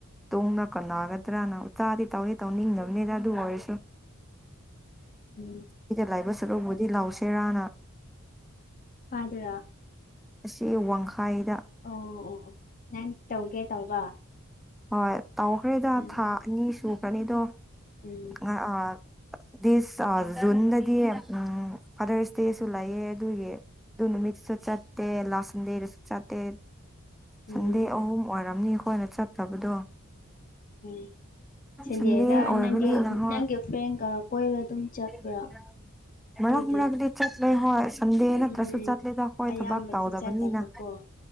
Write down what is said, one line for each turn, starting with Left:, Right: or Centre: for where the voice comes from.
Centre: ꯇꯣꯡꯅ ꯀꯅꯒꯗ꯭ꯔꯅ ꯇꯥꯗꯤ ꯇꯧꯗꯤ ꯇꯧꯅꯤꯡꯗꯅꯕꯅꯤꯗ ꯑꯗꯨ ꯑꯣꯏꯔꯁꯨ
Left: ꯎꯝ
Centre: ꯑꯩꯗ ꯂꯥꯏꯕ ꯆꯠꯂꯨꯕꯨꯗꯤ ꯂꯥꯎ ꯁꯦꯔꯥꯅ
Left: ꯐꯥꯗ꯭ꯔ
Centre: ꯑꯁꯤ ꯋꯥꯡꯈꯥꯏꯗ
Left: ꯑꯣ ꯑꯣ ꯑꯣ ꯅꯪ ꯇꯧꯒꯦ ꯇꯧꯕ
Centre: ꯍꯣꯏ ꯇꯧꯈ꯭ꯔꯦꯗ
Left: ꯎꯝ
Centre: ꯊꯥ ꯑꯅꯤ ꯁꯨꯈ꯭ꯔꯅꯤꯗꯣ
Left: ꯎꯝ
Centre: ꯑ ꯗꯤꯁ ꯖꯨꯟꯗꯗꯤ ꯎꯝ ꯐꯥꯗꯔꯁ ꯗꯦꯁꯨ ꯂꯩꯌꯦ ꯑꯗꯨꯒꯤ ꯗꯨ ꯅꯨꯃꯤꯠꯇꯁꯨ ꯆꯠꯇꯦ ꯂꯥꯁ ꯁꯟꯗꯦꯗꯁꯨ ꯆꯠꯇꯦ
Left: ꯎꯝ
Centre: ꯁꯟꯗꯦ
Left: ꯎꯝ
Centre: ꯑꯍꯨꯝ ꯑꯣꯏꯔꯝꯅꯤ ꯑꯩꯈꯣꯏꯅ ꯆꯠꯇꯕꯗꯣ
Left: ꯎꯝ ꯁꯟꯗꯦꯗ
Centre: ꯁꯟꯗꯦ ꯑꯣꯏꯕꯅꯤꯅ
Left: ꯅꯪꯗꯨ
Centre: ꯍꯣꯏ
Left: ꯅꯪꯒꯤ ꯐ꯭ꯔꯦꯟꯒ ꯀꯣꯏꯕ ꯑꯗꯨꯝ ꯆꯠꯄ꯭ꯔꯥ
Centre: <unintelligible>
Left: ꯑꯗꯨꯗꯤ
Centre: ꯃꯔꯛ ꯃꯔꯛꯗꯤ ꯆꯠꯂꯦ ꯍꯣꯏ ꯁꯟꯗꯦ ꯅꯠꯇ꯭ꯔꯁꯨ
Left: ꯎꯝ
Centre: ꯆꯠꯂꯦꯗ ꯈꯣꯏ
Left: ꯑꯌꯥꯝꯕꯗꯤ
Centre: ꯊꯕꯛ ꯇꯧꯗꯕꯅꯤꯅ
Left: ꯆꯠꯇꯕꯀꯣ